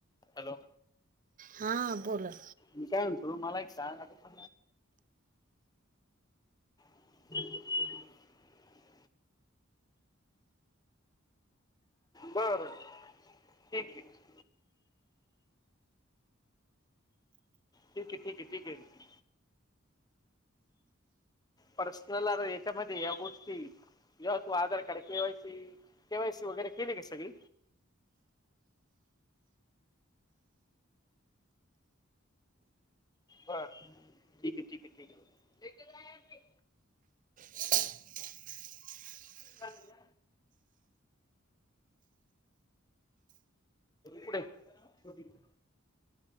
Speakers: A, on the left; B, on the right.
A: हॅलो
B: हां बोला.
A: मी काय म्हणतो मला एक सांग आता ह <unintelligible> बरं ठीक आहे <unintelligible> ठीक आहे ठीक आहे ठीक आहे पर्सनल आ याच्यामध्ये या गोष्टी जेव्हा तू आधार कार्ड केवायसी केवाय सी वगैरे केली का सगळी हा ठीक आहे ठीक आहे ठीक आहे
B: <unintelligible>
A: आहे पुढे <unintelligible>